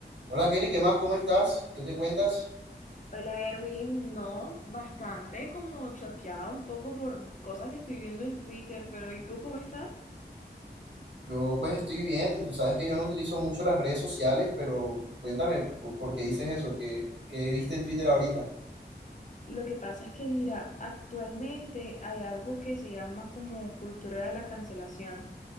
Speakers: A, on the right (about 80°); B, on the left (about 45°).
A: Hola Kelly, ¿qué más? ¿Cómo estás? ¿Qué te cuentas?
B: Hola Erwin, no, bastante como choqueada un poco por cosas que estoy viendo en Twitter, pero ¿y tú cómo estás?
A: Yo pues estoy bien, tú sabes que yo no utilizo mucho las redes sociales, pero cuéntame por qué dices eso, que, que viste en Twitter ahorita.
B: Lo que pasa es que, mira, actualmente hay algo que se llama como cultura de la cancelación.